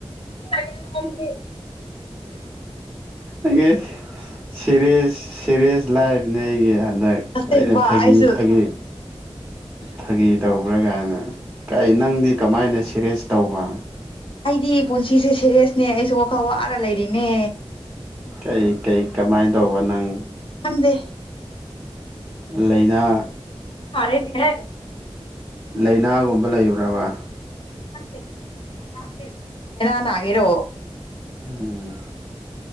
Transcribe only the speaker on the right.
ꯑꯩꯒꯤ ꯁꯦꯔꯤꯁ ꯁꯦꯔꯤꯁ ꯂꯥꯏꯚꯅꯦ ꯑꯩꯒꯤ ꯗ
ꯑꯩꯅ ꯐꯥꯒꯤ
ꯐꯥꯒꯤ ꯐꯥꯒꯤ ꯇꯧꯕ꯭ꯔꯥ ꯀꯥꯏꯅ ꯀꯥꯏ ꯅꯪꯗꯤ ꯀꯃꯥꯏꯅ ꯁꯦꯔꯦꯁ ꯇꯧꯕ
ꯀꯩ ꯀꯩ ꯀꯃꯥꯏꯅ ꯇꯧꯕ ꯅꯪ
ꯂꯩꯅꯥ
ꯂꯥꯏꯅꯥꯒꯨꯝꯕ ꯂꯩꯕ꯭ꯔꯕ
ꯎꯝ